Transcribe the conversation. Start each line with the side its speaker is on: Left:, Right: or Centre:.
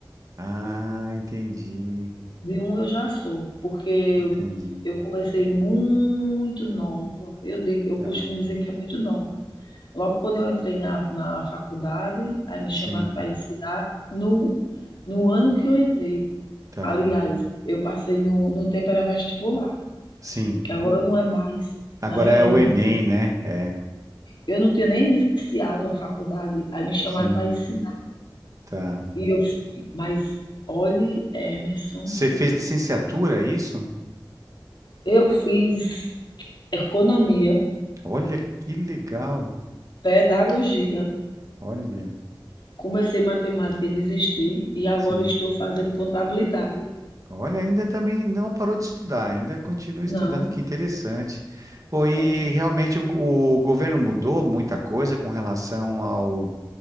Right: Ah, entendi,
Left: De um eu já sou, porque eu,
Right: entendi.
Left: eu comecei muito nova. Eu, digo, eu costumo
Right: Tá,
Left: dizer que é muito nova. Logo quando eu entrei na, na faculdade, aí me
Right: sim,
Left: chamaram para ensinar no, no ano que eu entrei.
Right: tá,
Left: Aliás, eu passei no, no tempo era vestibular,
Right: sim.
Left: que agora não é mais,
Right: Agora
Left: né?
Right: é o
Left: É,
Right: Enem, né? É,
Left: Eu não tinha nem iniciado a faculdade, aí me chamaram
Right: sim,
Left: para ensinar.
Right: tá.
Left: E eu, mas olhe, Emerson,
Right: Você fez licenciatura, é isso?
Left: Eu fiz economia,
Right: Olha que legal.
Left: pedagogia,
Right: Olha,
Left: comecei matemática e desisti, e agora
Right: sim.
Left: estou fazendo contabilidade.
Right: Olha, ainda também não parou de estudar, ainda continua estudando,
Left: Não,
Right: que interessante. Pô, e
Left: é,
Right: realmente o, go- o governo mudou muita coisa com relação ao,